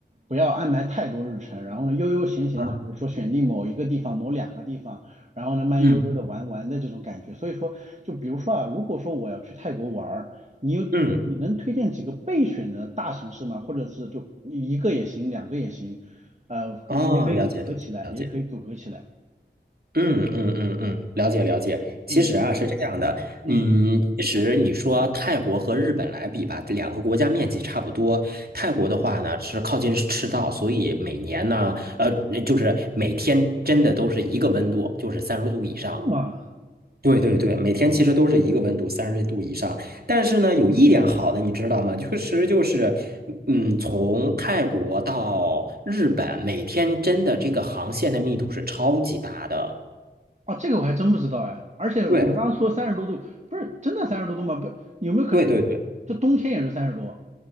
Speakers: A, on the right (about 40°); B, on the right (about 55°).
A: 不要安排太多日程，然后呢悠悠闲闲的，
B: 啊，
A: 比如说选定某一个地方、某两个地方，然后呢慢悠悠的玩玩的这种感觉。
B: 嗯
A: 所以说，就比如说啊，如果说我要去泰国玩儿，你有你能推荐几个备选的大城市吗？
B: 嗯，
A: 或者是就一个也行，两个也行，呃，
B: 哦，
A: 也可以组合起来，
B: 了解了解了解，
A: 也可以组合起来。
B: 嗯嗯嗯嗯，了解了解。其实啊是这样的，
A: 嗯嗯，
B: 嗯，其实你说泰国和日本来比吧，这两个国家面积差不多。泰国的话呢是靠近赤道，
A: 对，
B: 所以每年呢，呃，就是每天真的都是一个温度，就是三十度以上。
A: 是吗？
B: 对对对，每天其实都是一个温度，三十度以上。但是呢，有一点好的，你知道吗？确实就是，嗯，从泰国到日本，每天真的这个航线的密度是超级大的。
A: 啊，这个我还真不知道哎。而且你刚刚说三十多度，
B: 对
A: 不是真的三十多度吗？不，有没有可能
B: 对对对，
A: 这冬天也是三十多？